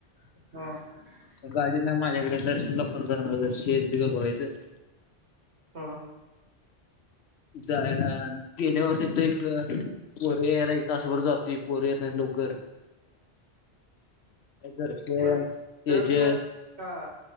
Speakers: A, on the right; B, on the left.
A: ह
B: गाडी ना माझ्याकडे दर्शनला फोन करनार तो जातोय काय बघायचं.
A: हम
B: गेल्या वर्षथ एक वरे ना. तासभर जातती पोर येत नाहीत लवकर. दर्शन
A: टर्फ
B: तेजस
A: ला का